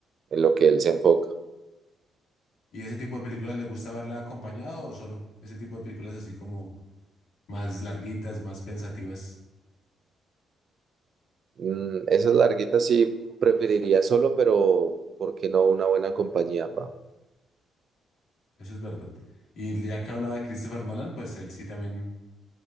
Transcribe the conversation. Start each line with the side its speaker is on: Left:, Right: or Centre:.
Right: en lo que él se enfoca.
Left: ¿Y ese tipo de películas le gusta verla acompañado o solo? Ese tipo de películas así como más larguitas, más pensativas.
Right: Mm, esas larguitas sí preferiría solo, pero ¿por qué no una buena compañía, pa?
Left: Eso es verdad. Y ya que hablaba de Christopher Nolan, pues él sí también